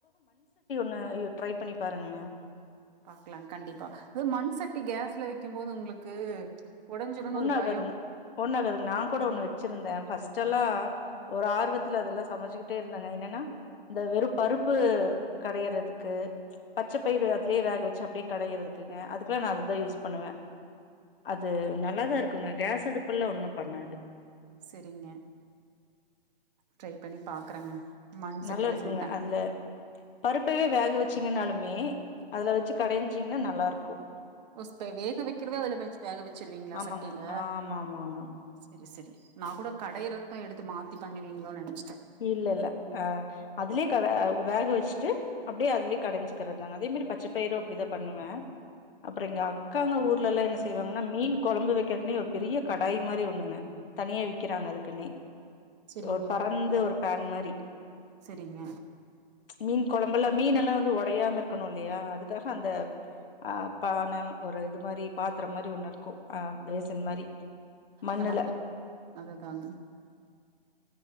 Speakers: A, on the left; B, on the right.
A: ன ட்ரை பண்ணி பாருங்களேன்
B: பாக்கலா கண்டிப்பா அது மண் சட்டி கேஸ்ல வெய்க்கும் போது உங்களுக்கு உடஞ்சிரும்னு
A: ஒண்ணு
B: ஒரு
A: ஆகாதுங்க
B: பயம்
A: ஒண்ணு ஆகாதுங் நா கூட ஒண்ணு வச்சிருந்தே பஃர்ஸ்ட் எல்லா ஒரு ஆர்வத்துல அதெல்லா சமைச்சுக்கிட்டே இருந்தேங்க என்னன்னா இந்த வெறும் பருப்பு கடயறதுக்கு பச்ச பயிறு அதுலயே வேக வச்சு அப்படியே கடயறதுக்குங்க அதுக்குல்லா நா அதுதா யூஸ் பண்ணுவே அது ந நல்லாதா இருக்குங்க கேஸ் அடுப்புல்லா ஒன்னும் பண்ணாது
B: செரிங்க ட்ரை பண்ணி பாக்குறேங்க மண்
A: நல்லாருக்குங்க
B: சட்டியில செஞ்சுதான்
A: அதுல பருப்பவே வேக வச்சீங்கன்னாலுமே அதுல வச்சு கடஞ்சிங்ன்னா நல்லாருக்கு கு
B: ஒ ஸ்த வேக வக்கிறது அதுல வச்சு வேக வச்சிருவீங்ளா
A: ஆமாங்க
B: சட்டில
A: ஆமா ஆமாங்க
B: செரி செரி நா கூட கடையறததா எடுத்து மாத்தி மாத் <unintelligible> நெனச்
A: இல்லல அஹ் அதுலயே கட வ வேக வெச்சுட்டு அப்டியே அதுலயே கடஞ்சுக்கிறதுதாங்க அதே மாரி பச்ச பயிரு அப்டிதா பண்ணுவே அப்றோ எங்க அக்காங்க ஊர்லலா என்ன செய்வாங்கன்னா மீன் கொழம்பு வெக்கர்குனே பெரிய கடாய் மாரி ஒண்ணுங்க தனியா விக்கிறாங்க அதுக்குன்னே
B: செரிங்க
A: ஒரு பற ஒரு பேன் மாரி
B: செரிங்க
A: ச் மீன் கொழம்புல்லா மீன் எல்லா வந்து ஒடையாம இருக்கணு இல்லையா அதுக்காக அந்த ஆஹ் பேனு ஒரு இது மாரி பாத் தர மாரி ஒண்ணுருக்கு அஹ் பேசன் மாரி மண்ணுல
B: நம்ம த அதுதாங்க